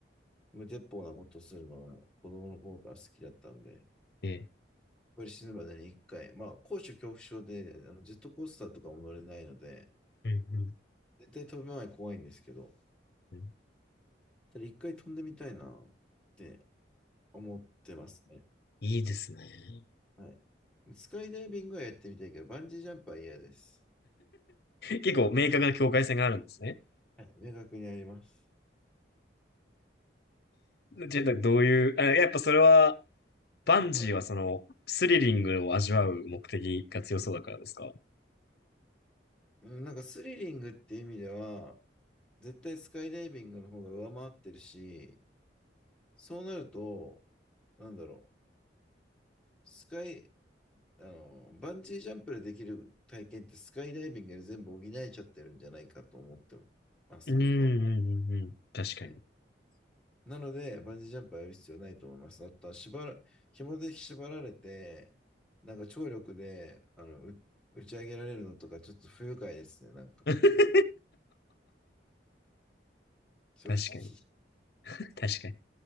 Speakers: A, in the centre; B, on the left.
A: 無鉄砲なことするのが子供の頃から好きだったんで、
B: えええ
A: これ死ぬまでに一回、まあ、高所恐怖症で、あのジェットコースターとかも乗れないので、
B: うんうん
A: 絶対飛ぶ前怖いんですけど、
B: うん
A: た一回飛んでみたいなって思ってますね。
B: いいですね。
A: はい。スカイダイビングはやってみたいけど、バンジージャンプは嫌です。
B: 結構明確な境界線があるんですね。
A: はい。はい、明確にあります。
B: ちょっとどういう、
A: そ
B: あ、やっぱそれは、バンジーはその、
A: うはい。
B: スリリングを味わう目的が強そうだからですか
A: うんなんかスリリングっていう意味では、絶対スカイダイビングの方が上回ってるし、そうなると、なんだろう、スカイ、あの、バンジージャンプでできる体験ってスカイダイビングで全部補えちゃってるんじゃないかと思ってます、
B: うんうんうんうん。
A: 僕は。
B: 確かに。
A: はいなので、バンジージャンプはやる必要ないと思います。あとは、縛ら、紐で縛られて、なんか張力で、あの、う打ち上げられるのとか、ちょっと不愉快ですね、なんか。
B: <laughs> 確
A: 正直、
B: かに。
A: ち
B: 確かに。